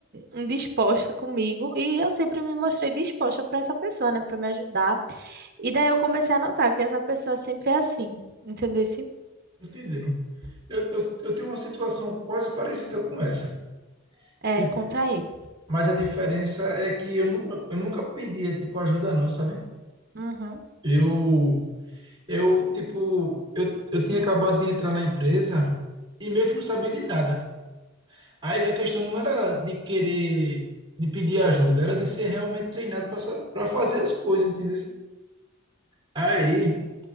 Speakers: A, on the right; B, on the right.
A: indisposta comigo e eu sempre me mostrei disposta para essa pessoa, né, para me ajudar. E daí eu comecei a notar que essa pessoa sempre é assim, entendeu?
B: Entenderam? Eu, eu, eu tenho uma situação quase parecida com essa.
A: É,
B: Tipo,
A: conta aí.
B: mas a diferença é que eu, nu- eu nunca pedia, tipo, ajuda não, sabe?
A: Uhum.
B: Eu... Eu, tipo, eu, eu tinha acabado de entrar na empresa e meio que não sabia de nada. Aí a questão não era de querer, de pedir ajuda, era de ser realmente treinado para fazer as coisas, entendeu? Aí,